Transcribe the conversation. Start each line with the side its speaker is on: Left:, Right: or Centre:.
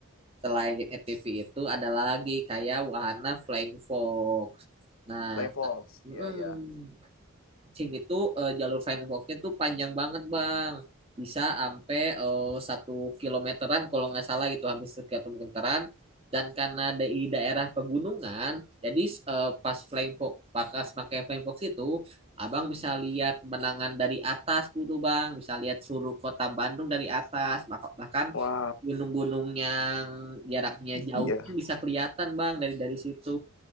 Right: selain ATV itu ada lagi kayak wahana flying fox nah
Left: Flying Fox.
Right: mm
Left: Iya iya.
Right: SIM itu eh, jalur Firefoxnya tuh panjang banget Bang. Bisa sampai eh, satu kilometeran kalau nggak salah itu hampir satu kilometeran. Dan karena di daerah pegunungan, jadi eh, pas flame fox, pakas pakai flame fox itu, abang bisa lihat pemandangan dari atas gitu bang, bisa lihat seluruh kota Bandung dari atas, Maka- bahkan
Left: Wah,
Right: gunung-gunung yang jaraknya
Left: i-
Right: jauh
Left: iya.
Right: pun bisa kelihatan bang dari dari situ.